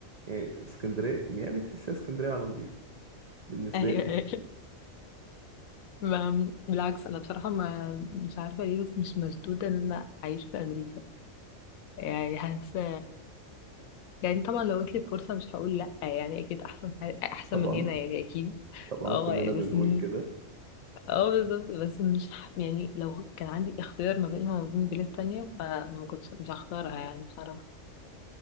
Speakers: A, on the right; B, on the left.
A: يعني اسكندريه ميامي تحسها اسكندريه على نضيف بالنسبه
B: <laughs> ايوه
A: لي
B: ايوه ما- بالعكس انا بصراحه ما مش عارفه ليه بس مش مشدوده ان انا اعيش في امريكا يعني حاسه يعني طبعا لو جاتلي فرصة مش هقول لأ يعني أكيد أحسن حاجة أحسن
A: طبعا
B: من هنا يعني أكيد
A: طبعا
B: اه
A: كلنا
B: يعني
A: بنقول
B: بس م-
A: كده
B: اه بالظبط بس مش ح- يعني لو كان عندي اختيار ما بينها وما بين بلاد تانية فما كنتش مش هختارها يعني بصراحة